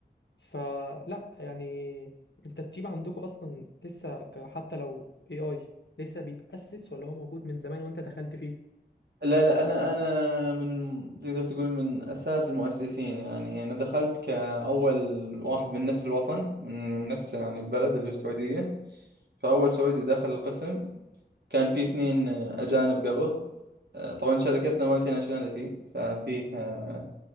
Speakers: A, on the left; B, on the right.
A: فلا يعني انت التيم عندكم اصلا لسه ك- حتى لو اي اي لسه بيتأسس ولا هو موجود من زمان وانت دخلت فيه
B: لا لا انا انا من تقدر تقول من اساس المؤسسين يعني انا دخلت كاول واحد من نفس الوطن من من نفس يعني البلد اللي هو السعوديه فاول سعودي دخل القسم كان في اثنين آه، اجانب قبل آه، طبعا شركتنا مالتي ناشوناليتي ففيه آه،